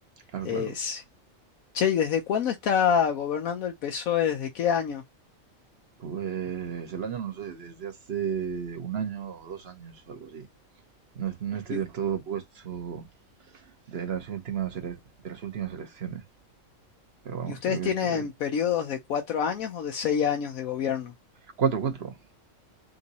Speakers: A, on the right (about 50°); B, on the left (about 85°).
A: claro,
B: Eh,
A: claro.
B: Che, ¿y desde cuándo está gobernando el PSOE? ¿Desde qué año?
A: Pues el año no lo sé, desde hace un año o dos años algo así. No, es- no estoy
B: ¿Y,
A: del
B: u-
A: todo puesto de las últimas ele- de las últimas elecciones. Pero vamos,
B: y ustedes
A: creo
B: tienen
A: que es por ahí.
B: periodos de cuatro años o de seis años de gobierno?
A: cuatro cuatro